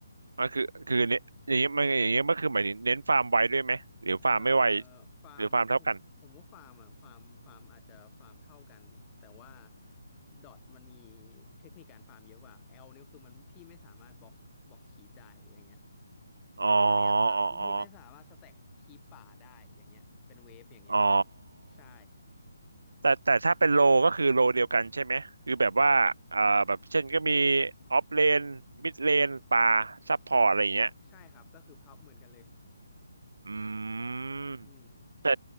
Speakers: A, on the right; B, on the left.
A: ก็คือคือเน้นอย่างเงี้ยมันอย่างเงี้ยมันคือหมายถึงเน้นฟาร์มไวด้วยไหมหรือฟาร์มไม่ไว
B: เอ่อฟาร์มผมผมว่าฟาร์มอะฟาร์มฟาร์มอาจจะฟาร์มเท่ากันแต่ว่า
A: หรือฟาร์มเท่ากัน
B: ดอทมันมีเทคนิคการฟาร์มเยอะกว่า L เนี่ยคือมันพี่ไม่สามารถบล็อกบล็อกคีปได้อย่างเงี้ย
A: อ๋อ
B: พี่ไม่อยากสะพี่ไม่สามารถสแต็กคีปป่าได้อย่างเงี้ยเป็นเวฟอย่างเงี้ยพี่
A: อ๋ออ๋ออ๋อ
B: ใช่
A: แต่แต่ถ้าเป็นโลก็คือโลเดียวกันใช่ไหมคือแบบว่าเอ่อแบบเช่นก็มีออฟเลนมิดเลนป่าซัพพอร์ตอะไรอย่างเงี้ย
B: ใช่ใช่ใช่ครับก็คือพับเหมือนกันเลย
A: อืม
B: อืม
A: แต่